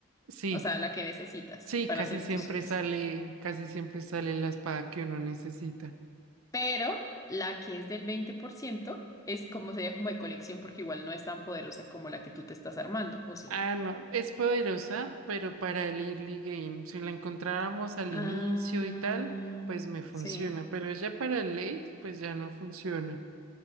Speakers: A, on the right; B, on the left.
A: Sí,
B: O sea, la que necesitas
A: sí,
B: para
A: casi
B: hacer
A: siempre
B: tu super
A: sale, casi siempre sale la espada que uno necesita.
B: Pero la que es del 20% es como sería como de colección porque igual no es tan poderosa como la que tú te estás armando, ¿o sí?
A: Ah, no, es poderosa, pero para el early game, si la encontrábamos al
B: Ah,
A: inicio y tal, pues me funciona,
B: sí.
A: pero ya para el late, pues ya no funciona.